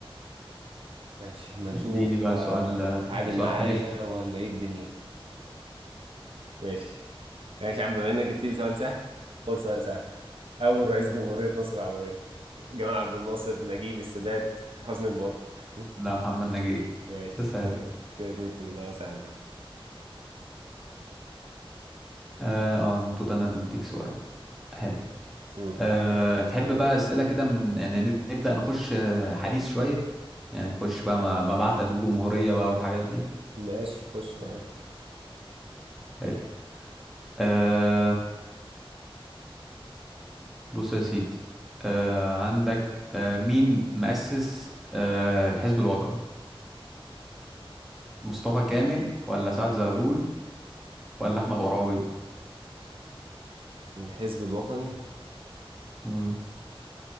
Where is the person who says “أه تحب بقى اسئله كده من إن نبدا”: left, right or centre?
Centre